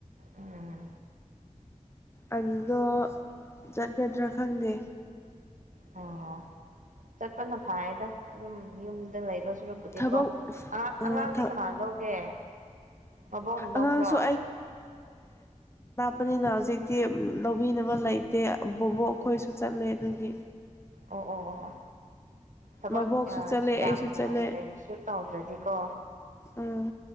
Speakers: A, on the right (about 80°); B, on the left (about 20°).
A: ꯎꯝ
B: ꯑꯗꯨꯗꯣ ꯆꯠꯀꯗ꯭ꯔꯥ ꯈꯪꯗꯦ
A: ꯑꯣ ꯆꯠꯄꯅ ꯐꯥꯏꯗ ꯑꯗꯨꯝ ꯌꯨꯝꯗ ꯂꯩꯕꯁꯨ ꯁꯨꯔꯛꯄꯨꯗꯤꯀꯣ
B: ꯊꯕꯛ
A: ꯑꯉꯥꯡ
B: ꯑꯥ
A: ꯑꯉꯥꯡꯗꯤ
B: ꯊ
A: ꯀꯅꯥ ꯂꯧꯒꯦ ꯃꯕꯣꯛ ꯂꯧꯕ꯭ꯔꯣ
B: ꯑꯉꯥꯡꯁꯨ ꯄꯅꯤꯅ ꯍꯧꯖꯤꯛꯇꯤ ꯂꯧꯕꯤꯅꯕ ꯂꯩꯇꯦ ꯕꯣꯕꯣꯛ ꯑꯩꯈꯣꯏꯁꯨ ꯆꯠꯂꯦ ꯑꯗꯒꯤ
A: ꯑꯣ ꯑꯣ ꯑꯣ ꯊꯕꯛ
B: ꯃꯕꯣꯛꯁꯨ ꯆꯠꯂꯦ
A: ꯌꯥꯝꯅ
B: ꯑꯩꯁꯨ ꯆꯠꯂꯦ
A: ꯀꯩꯅꯣꯁꯨ ꯇꯧꯗ꯭ꯔꯗꯤ ꯀꯣ
B: ꯎꯝ